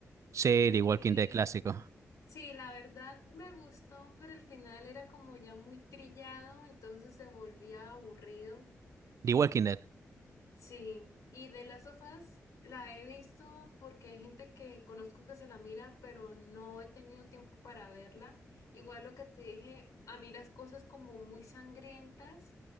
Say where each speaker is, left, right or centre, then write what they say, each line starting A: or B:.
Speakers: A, on the right; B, on the left.
A: Sí, The
B: Y
A: Walking Dead clásico.
B: sí, la verdad me gustó, pero el final era como ya muy trillado, entonces se volvía aburrido.
A: The Walking Dead.
B: Sí, y de las sofás la he visto porque hay gente que conozco que se la mira, pero no he tenido tiempo para verla. Igual lo que te dije, a mí las cosas como muy sangrientas